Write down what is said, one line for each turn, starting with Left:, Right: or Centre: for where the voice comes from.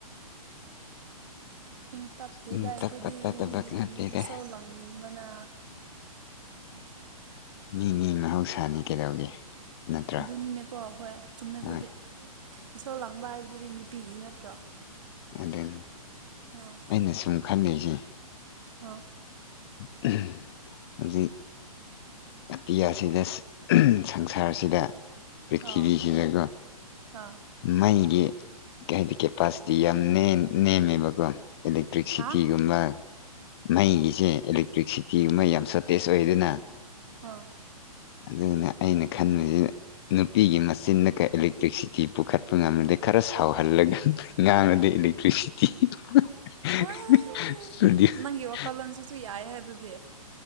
Right: ꯏꯪ ꯇꯞꯇꯦꯗ
Left: ꯏꯪ
Right: ꯑꯩꯈꯣꯏꯗꯤ
Left: ꯇꯞꯄ ꯇꯠꯇꯕ ꯅꯠꯇꯦꯗ
Right: ꯏꯁꯧ ꯂꯥꯡꯕꯅ
Left: ꯃꯤꯅꯦ ꯃꯍꯧꯁꯥꯅꯤ ꯀꯩꯗꯧꯒꯦ ꯅꯠꯇ꯭ꯔꯥ
Right: ꯑꯗꯨꯅꯤꯅꯦꯀꯣ ꯍꯣꯏ ꯆꯨꯝꯃꯦ ꯑꯗꯨꯗꯤ
Left: ꯍꯣꯏ
Right: ꯏꯁꯧ ꯂꯥꯡꯕ ꯍꯥꯏꯕꯗꯨꯗꯤ ꯅꯨꯄꯤꯒꯤ ꯅꯠꯇ꯭ꯔꯣ
Left: ꯑꯗꯨꯅꯤ
Right: ꯑꯥ
Left: ꯑꯩꯅ ꯁꯨꯝ ꯈꯜꯂꯤꯁꯦ
Right: ꯍꯥ
Left: <unintelligible> ꯍꯨꯖꯤꯛ ꯑꯇꯤꯌꯥꯁꯤꯗ ꯁꯪꯁꯥꯔꯁꯤꯗ ꯄ꯭ꯔꯤꯊꯤꯕꯤꯁꯤꯅꯒ
Right: ꯑꯥ ꯑꯥ
Left: ꯃꯩꯒꯤ <unintelligible> ꯀꯦꯄꯥꯁꯤꯇꯤ ꯌꯥꯝ ꯅꯦꯝ ꯅꯦꯝꯃꯦꯕꯀꯣ ꯏꯂꯦꯛꯇ꯭ꯔꯤꯛꯁꯤꯇꯤꯒꯨꯝꯕ
Right: ꯍꯥ
Left: ꯃꯩꯒꯤꯁꯦ ꯏꯂꯦꯛꯇ꯭ꯔꯤꯛꯁꯤꯇꯤꯒꯨꯝꯕ ꯌꯥꯝ ꯆꯠ ꯇꯦꯁ ꯑꯣꯏꯗꯅ
Right: ꯑꯥ
Left: ꯑꯗꯨꯅ ꯑꯩꯅ ꯈꯟꯕꯁꯤ ꯅꯨꯄꯤꯒꯤ ꯃꯆꯤꯟꯅꯒ ꯏꯂꯦꯛꯇ꯭ꯔꯤꯛꯁꯤꯇꯤ ꯥꯇꯤ ꯄꯨꯈꯠꯄ ꯉꯝꯗꯦ ꯈꯔ ꯁꯥꯎꯍꯜꯂꯒ ꯉꯥꯡꯉꯗꯤ ꯏꯂꯦꯛꯇ꯭ꯔꯤꯁꯤꯇꯤ <unintelligible>
Right: ꯑꯥ ꯅꯪꯒꯤ ꯋꯥꯈꯜꯂꯣꯟꯁꯤꯁꯨ ꯌꯥꯏꯍꯦ ꯑꯗꯨꯗꯤ